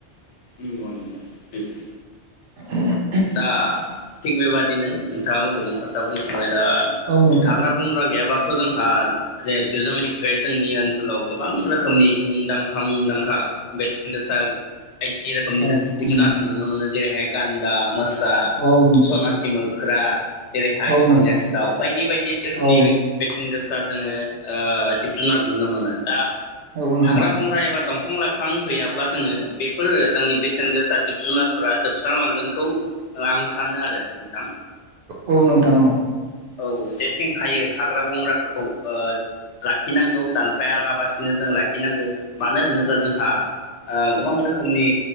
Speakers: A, on the left; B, on the right.
A: नंगौ नंगौ सैथो
B: <unintelligible>
A: दा थिग बेबादिनो नोंथाङाबो गोबां खोथा बुंलां ओमफाय दा
B: औ नोंथां
A: हाग्रा बंग्रा गैयाबा जोंहा जिहेथु जों मिथिखायो जोंनि ओनसोलाव गोबां रोखोमनि मुंदांखा - मुंदांखा बेसेन गोसा थाय इ रोखोमनि
B: दंफां
A: खोन स्तिफेना नुनो मोनो । जे हे गान्दा मोस सा
B: औ नोंथां
A: सनाथि मोख्रा मोख्रा जेरैहाय
B: औ
A: धनेस
B: नोंथां
A: दाउ बायदि बायदि रोखोमनि
B: औ
A: बै बेसे बेसेन गोसा जोङो ओ जिब जुनार नुनो मोनो। दा
B: औ नोंथां
A: हाग्रा-बंग्रा एबा दं बिफां - लाइफां गैयाब्ला जोङो बेफोरो जोंनि बेसेन गोसा जिब जुनारफोरा जोबस्रांलांगोनखौ आं सानो आरो नोंथां ।
B: औ नोंथां ओ
A: औ जेसें हायो हाग्रा बंग्राखौ ओ लाखिनांगौ दानफायालाबसिनो जों लाखिनांगौ मानो होनोब्ला जोंहा ओ गोबां रोखोमनि